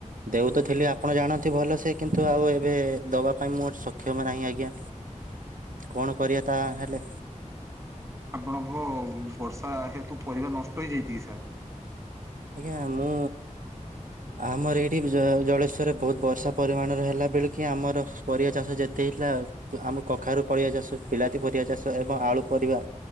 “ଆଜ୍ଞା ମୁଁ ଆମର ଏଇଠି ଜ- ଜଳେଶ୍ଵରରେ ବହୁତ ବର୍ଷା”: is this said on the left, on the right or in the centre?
Right